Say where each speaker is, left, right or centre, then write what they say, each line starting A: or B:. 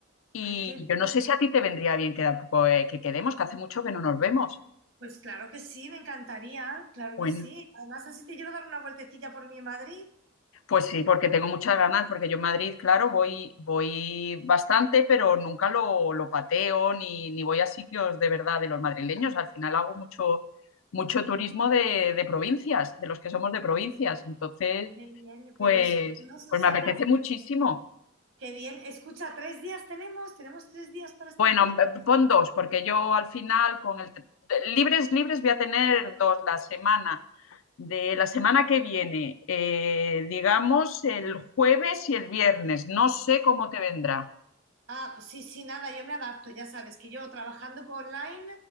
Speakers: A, on the left; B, on the right.
A: Y
B: Ay, qué bien.
A: yo no sé si a ti te vendría bien quedar, poco, eh, que quedemos, que hace mucho que no nos vemos.
B: Pues claro que sí, me encantaría, claro
A: Bueno.
B: que sí. Además, así te quiero dar una vueltecilla por mi Madrid.
A: Pues sí, porque tengo muchas ganas, porque yo en Madrid, claro, voy, voy bastante, pero nunca lo, lo pateo ni, ni voy a sitios de verdad de los madrileños. Al final hago mucho, mucho turismo de, de provincias, de los que somos de provincias. Entonces,
B: Qué bien,
A: pues,
B: pero escucha, no, Susana,
A: pues me apetece muchísimo.
B: qué bien. Escucha, tres días tenemos, tenemos tres días para estar
A: Bueno,
B: juntos.
A: me- pon dos, porque yo al final con el... Libres, libres voy a tener dos la semana. De la semana que viene, eh, digamos el jueves y el viernes. No sé cómo te vendrá.
B: Ah, pues sí, sí, nada, yo me adapto, ya sabes que yo trabajando por online